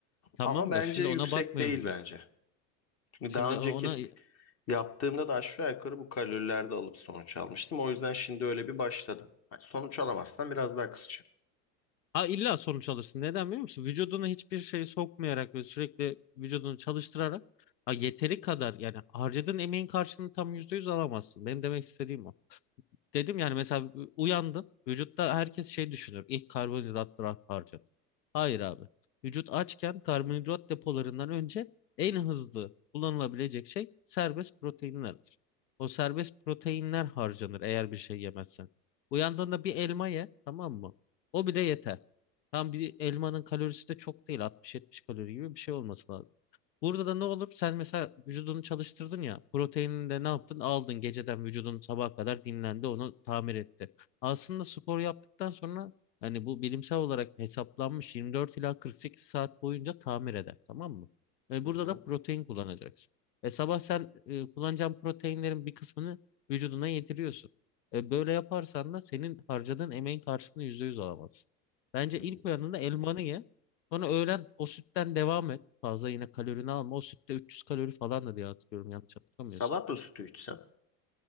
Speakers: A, on the left; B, on the left.
A: Tamam
B: Ama bence
A: da şimdi
B: yüksek
A: ona bakmıyor
B: değil
A: vücut.
B: bence. Çünkü
A: Şimdi
B: daha önceki
A: ona
B: yaptığımda da aşağı yukarı bu kalorilerde alıp sonuç almıştım. O yüzden şimdi öyle bir başladım. Hani sonuç alamazsan biraz daha kısaca.
A: Ha illa sonuç alırsın. Neden biliyor musun? Vücuduna hiçbir şey sokmayarak ve sürekli vücudunu çalıştırarak ha, yeteri kadar yani harcadığın emeğin karşılığını tam %100 alamazsın. Benim demek istediğim o. Dedim yani mesela uyandım. Vücutta herkes şey düşünür. İlk karbonhidratlar harcanır. Hayır abi. Vücut açken karbonhidrat depolarından önce en hızlı kullanılabilecek şey serbest proteinlerdir. O serbest proteinler harcanır eğer bir şey yemezsen. Uyandığında bir elma ye tamam mı? O bile yeter. Tam bir elmanın kalorisi de çok değil 60-70 kalori gibi bir şey olması lazım. Burada da ne olur? Sen mesela vücudunu çalıştırdın ya. Proteinini de ne yaptın? Aldın geceden vücudun sabaha kadar dinlendi onu tamir etti. Aslında spor yaptıktan sonra hani bu bilimsel olarak hesaplanmış 24 ila 48 saat boyunca tamir eder tamam mı? Ve
B: Hı
A: burada
B: hı.
A: da protein kullanacaksın. E sabah sen e, kullanacağın proteinlerin bir kısmını vücuduna yediriyorsun. E, böyle yaparsan da senin harcadığın emeğin karşılığını %100 alamazsın. Bence
B: hı.
A: ilk uyandığında elmanı ye. Sonra öğlen o sütten devam et fazla yine kalorini alma. O sütte 300 kalori falan da diye hatırlıyorum yanlış hatırlamıyorsam.
B: Sabah da sütü içsem